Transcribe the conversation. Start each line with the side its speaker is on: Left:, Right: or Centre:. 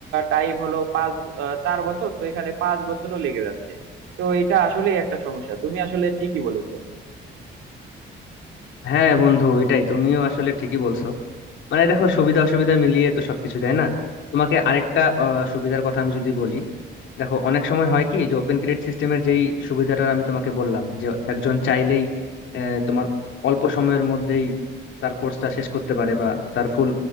Right: টাইম হলো পাঁচ আহ, চার বছর তো এখানে পাঁচ বছরও লেগে যাচ্ছে তো এটা আসলেই একটা সমস্যা তুমি আসলে ঠিকই বলেছো
Left: হ্যাঁ বন্ধু এটাই তুমিও আসলে ঠিকই বলছো মানে দেখো সুবিধা অসুবিধা মিলিয়ে তো সবকিছু তাই না তোমাকে আরেকটা আহ, সুবিধার কথা আমি যদি বলি দেখো অনেক সময় হয় কি যে ওপেন ক্রেডিট সিস্টেমের যেই সুবিধাটা আমি তোমাকে বললাম যে একজন চাইলেই আহ, তোমার অল্প সময়ের মধ্যেই তার কোর্সটা শেষ করতে পারে বা তার ফুল